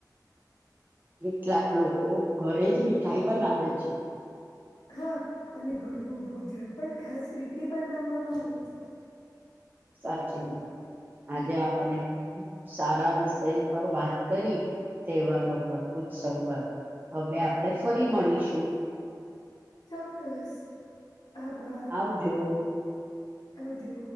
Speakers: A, on the right; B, on the left.
A: કેટલાક લોકો ઘરે જ મીઠાઈ બનાવે છે.
B: હા અને ઘરનું ભોજન પણ ખાસ રીતે બનાવવામાં આવે છે.
A: સાચી વાત. આજે આપણે બઉ સારા વિષય પર વાત કરી તહેવારો પર. ઉત્સવ પર હવે આપણે ફરી મળીશું.
B: ચોક્કસ આભાર.
A: આવજો
B: આવજો.